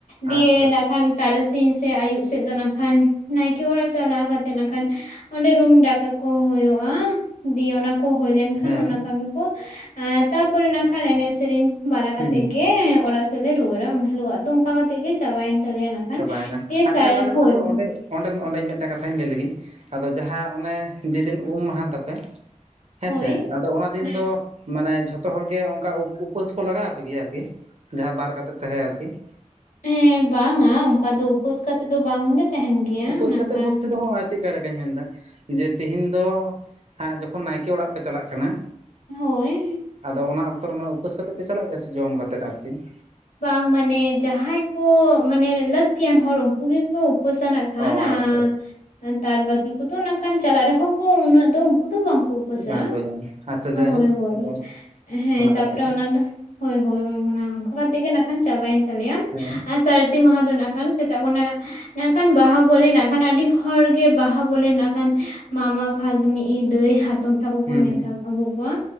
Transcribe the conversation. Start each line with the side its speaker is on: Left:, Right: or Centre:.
Left: ᱫᱤᱭᱮ
Right: ᱟᱪᱪᱷᱟ
Left: ᱱᱟᱜ ᱠᱷᱟᱱᱼᱼ ᱛᱟᱨᱟᱥᱤᱧ ᱥᱮ ᱟᱹᱭᱩᱵ ᱥᱮᱫ ᱫᱚ ᱱᱟᱜ ᱠᱷᱟᱱ ᱱᱟᱭᱠᱮ ᱚᱲᱟᱜ ᱪᱟᱞᱟᱣ ᱠᱟᱛᱮᱫ ᱱᱟᱜ ᱠᱷᱟᱱᱼᱼ ᱚᱸᱰᱮ ᱨᱩᱢ ᱰᱟᱠᱟ ᱠᱚ ᱦᱩᱭᱩᱜᱼᱟ, ᱫᱤᱭᱮ ᱚᱱᱟᱼᱼ ᱠᱚ ᱦᱩᱭ ᱞᱮᱱ ᱠᱷᱟᱱ
Right: ᱦᱮᱸ
Left: ᱚᱱᱟ ᱠᱟᱹᱢᱤ ᱠᱚ, ᱛᱟᱯᱚᱨᱮ ᱱᱟᱜ ᱠᱷᱟᱱ ᱮᱱᱮᱡ ᱥᱮᱨᱮᱧᱼᱼ ᱵᱟᱲᱟ
Right: ᱦᱩᱸ
Left: ᱠᱟᱛᱮᱜ ᱜᱮ ᱚᱲᱟᱜ ᱥᱮᱫ ᱞᱮ ᱨᱩᱣᱟᱹᱲᱟ ᱩᱱ ᱦᱤᱞᱚᱜ ᱫᱚ ᱚᱱᱠᱟ ᱠᱟᱛᱮᱜ ᱜᱤ ᱪᱟᱵᱟᱭᱮᱱ ᱛᱟᱞᱮᱭᱟ ᱾ ᱦᱮᱸ
Right: ᱪᱟᱵᱟᱭᱮᱱᱟ
Left: ᱜᱮ
Right: ᱟᱪᱪᱷᱟ
Left: ᱥᱟᱭᱟ
Right: ᱛᱟᱦᱚᱞᱮ
Left: ᱦᱳᱭ
Right: ᱟᱫᱚ ᱚᱸᱰᱮ
Left: ᱦᱳᱭ ᱾
Right: ᱚᱸᱰᱮ ᱚᱸᱰᱮᱧ ᱢᱤᱫᱴᱟᱝ ᱠᱟᱛᱷᱟᱧ ᱞᱟᱹᱭ ᱞᱮᱜᱤᱧ ᱟᱫᱚ ᱡᱟᱦᱟᱸ ᱚᱱᱮ ᱡᱮᱫᱤᱱ ᱩᱢ ᱢᱟᱦᱟ ᱛᱟᱯᱮᱼᱼ ᱦᱮᱸᱥᱮ
Left: ᱦᱳᱭ
Right: ᱟᱫᱚ ᱚᱱᱟ ᱫᱤᱱ
Left: ᱦᱮᱸ
Right: ᱫᱚᱼᱼ ᱢᱟᱱᱮ ᱡᱷᱚᱛᱚ ᱦᱚᱲᱜᱮ ᱚᱱᱠᱟ ᱩᱯᱟᱹᱥ ᱠᱚ ᱞᱟᱜᱟᱣ ᱟᱯᱮ ᱜᱮᱭᱟ ᱟᱨᱠᱤ ᱾ ᱡᱟᱦᱟᱸ ᱵᱟᱨ ᱠᱟᱛᱮᱜ ᱛᱟᱦᱮᱸ ᱟᱨᱠᱤ ᱾
Left: ᱦᱮᱸ ᱵᱟᱝᱟ ᱚᱱᱠᱟ ᱫᱚ ᱩᱯᱟᱹᱥ ᱠᱟᱛᱮᱫ ᱫᱚ ᱵᱟᱝᱞᱮ ᱛᱟᱸᱦᱮᱱ ᱜᱮᱭᱟ
Right: ᱩᱯᱟᱹᱥ
Left: ᱢᱮᱱ
Right: ᱠᱟᱛᱮᱫ
Left: ᱠᱷᱟᱱᱼᱼ
Right: ᱵᱚᱞᱛᱮ ᱫᱚ ᱦᱚᱸᱜᱼᱚᱭ ᱪᱮᱫᱠᱟ ᱞᱮᱠᱟᱧ ᱢᱮᱱᱫᱟ, ᱡᱮ ᱛᱤᱦᱤᱧ ᱫᱚ ᱟ ᱡᱚᱠᱷᱚᱱ ᱱᱟᱭᱠᱮ ᱚᱲᱟᱜ ᱯᱮ ᱪᱟᱞᱟᱜ ᱠᱟᱱᱟᱼᱼ
Left: ᱦᱳᱭ ᱾
Right: ᱟᱫᱚ ᱚᱱᱟ ᱚᱠᱛᱚ ᱨᱮᱢᱟ ᱩᱯᱟᱹᱥ ᱠᱟᱛᱮᱫ ᱯᱮ ᱪᱟᱞᱟᱜ ᱜᱮᱭᱟ ᱥᱮ ᱡᱚᱢ ᱠᱟᱛᱮᱫ ᱟᱨᱠᱤ ᱾
Left: ᱵᱟᱝ ᱢᱟᱱᱮ ᱡᱟᱦᱟᱸᱭ ᱠᱚ ᱢᱟᱱᱮ ᱞᱟᱹᱠᱛᱤᱭᱟᱱ ᱦᱚᱲ ᱩᱱᱠᱩ ᱜᱮᱠᱚᱼᱼ ᱩᱯᱟᱹᱥᱟ ᱱᱟᱜ ᱠᱷᱟᱱ
Right: ᱚ ᱟᱪᱪᱷᱟ ᱟᱪᱪᱷᱟ
Left: ᱟᱸᱼᱼ ᱛᱟᱨ ᱵᱟᱠᱤ ᱠᱚᱫᱚ ᱠᱷᱟᱱ ᱪᱟᱞᱟᱜ ᱨᱮᱦᱚᱸ ᱠᱚ ᱩᱱᱟᱹᱜ ᱫᱚ ᱩᱱᱠᱩ ᱫᱚ ᱵᱟᱝ ᱾ ᱩᱯᱟᱹᱥᱟ
Right: ᱵᱟᱝᱠᱚ ᱤᱭᱟᱹ
Left: ᱾
Right: ᱟᱪᱪᱷᱟ ᱡᱟᱭᱦᱳᱠ
Left: ᱦᱳᱭ ᱦᱳᱭ,
Right: ᱟᱫᱚ
Left: ᱦᱮᱸ
Right: ᱚᱱᱟ
Left: ᱛᱟᱯᱚᱨᱮ
Right: ᱠᱟᱛᱷᱟ ᱜᱮ
Left: ᱚᱱᱟ ᱫᱚ, ᱦᱳᱭ ᱦᱳᱭ ᱚᱱᱟ ᱚᱝᱠᱟ ᱾ ᱦᱚ ᱛᱮᱦᱮᱧ ᱱᱟᱜ ᱠᱷᱟᱱ ᱪᱟᱵᱟᱭᱮᱱ ᱛᱟᱞᱮᱭᱟ,
Right: ᱦᱮᱸ
Left: ᱟᱨ ᱥᱟᱹᱨᱫᱤ ᱢᱟᱦᱟ ᱫᱚ ᱱᱟᱜ ᱠᱷᱟᱱ ᱥᱮᱛᱟᱜ ᱠᱷᱚᱱᱟᱜ ᱱᱟᱜ ᱠᱷᱟᱱ ᱵᱟᱦᱟ ᱵᱚᱞᱮ ᱱᱟᱜ ᱠᱷᱟᱱ, ᱟᱹᱰᱤ ᱦᱚᱲᱜᱮ ᱵᱟᱦᱟ ᱵᱚᱞᱮ ᱱᱟᱜ ᱠᱷᱟᱱ ᱾ ᱢᱟᱢᱟ ᱵᱷᱟᱜᱽᱱᱤ ᱤ ᱫᱟᱹᱭ ᱦᱟᱛᱚᱢ ᱛᱟᱠᱚ
Right: ᱦᱩᱸ
Left: ᱠᱚ ᱱᱮᱶᱛᱟ ᱟᱹᱜᱩ ᱠᱚᱣᱟ,